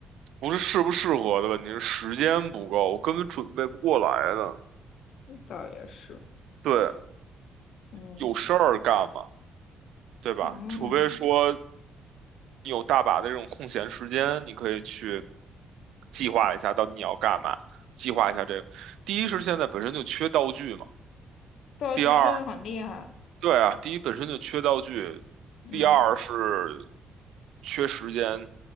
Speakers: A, on the right; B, on the left.
A: 不是适不适合的问题，是时间不够，我根本准备不过来的。
B: 倒也是。
A: 对，
B: 嗯
A: 有事儿干嘛，对吧？
B: 嗯，
A: 除非说你有大把的这种空闲时间，你可以去计划一下到底你要干嘛，计划一下这个。第一是现在本身就缺道具嘛，
B: 道具吹的很厉害。
A: 第二，对啊，第一本身就缺道具，
B: 嗯
A: 第二是缺时间，